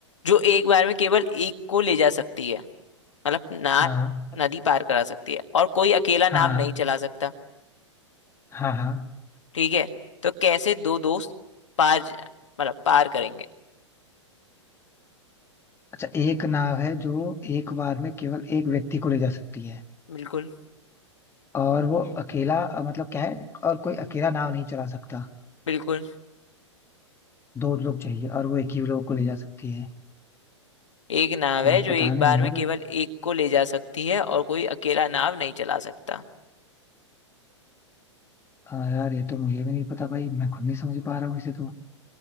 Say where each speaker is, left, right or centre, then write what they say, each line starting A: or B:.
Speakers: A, on the left (about 75°); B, on the left (about 15°).
A: जो एक बार में केवल एक को ले जा सकती है मतलब नाव
B: हाँ
A: नदी पार करा सकती है और कोई अकेला नाव
B: हाँ
A: नहीं चला सकता
B: हाँ हाँ हाँ।
A: ठीक है तो कैसे दो दोस्त पार ज- मतलब पार करेंगे
B: अच्छा एक नाव है जो एक बार में केवल एक व्यक्ति को ले जा सकती है
A: बिल्कुल
B: और वो अकेला अ, मतलब क्या है और कोई अकेला नाव नहीं चला सकता
A: बिल्कुल
B: दो लोग चाहिए और वो एक ही लोग को ले जा सकती है
A: एक नाव
B: अ,
A: है जो
B: पता
A: एक
B: नहीं
A: बार
B: यार
A: में केवल एक को ले जा सकती है और कोई अकेला नाव नहीं चला सकता
B: अ, यार ये तो मुझे भी नहीं पता भाई मैं खुद नहीं समझ पा रहा हूँ इसे तो